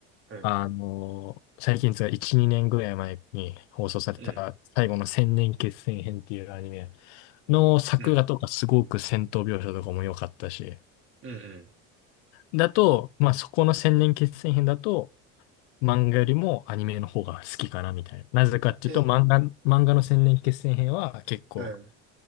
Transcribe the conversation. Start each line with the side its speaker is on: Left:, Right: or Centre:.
Right: うん。
Left: あの、最近つうか1、2年ぐらい前に放送された最後の千年決戦編っていうアニメ
Right: うん
Left: の作画とかすごく戦闘描写とかも良かったし、
Right: うん。うんうん。
Left: だと、まあそこの千年決戦編だと、漫画よりもアニメの方が好きかなみたいな。なぜかっていうと、
Right: え、
Left: 漫画、漫画の千年決戦編は結構、
Right: うん。